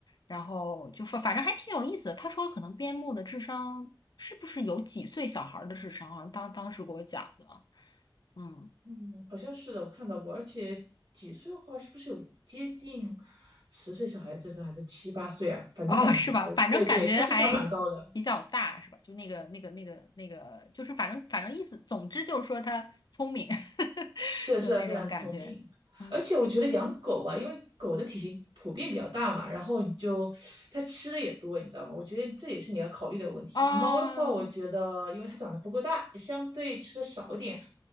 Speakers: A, on the left; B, on the right.
A: 然后就反反正还挺有意思的。他说可能边牧的智商是不是有几岁小孩儿的智商啊？当当时给我讲的，嗯。
B: 嗯，好像是的，我看到过，而且几岁的话，是不是有接近十岁小孩的智商，还是七八岁啊？反正感觉，
A: 哦，是吧？反正感觉还
B: 对对，他智商蛮高的。
A: 比较大，是吧？就那个、那个、那个、那个，就是反正反正意思，总之就是说他聪明，<laughs>
B: 是的，
A: 就那种感觉。
B: 是的，非常聪明。
A: 嗯，
B: 而且我觉得养狗吧，因为狗的体型普遍比较大嘛，然后你就它吃的也多，你知道吗？我觉得这也是你要考虑的问题。
A: 哦，
B: 猫的话，我觉得因为它长得不够大，相对吃的少一点。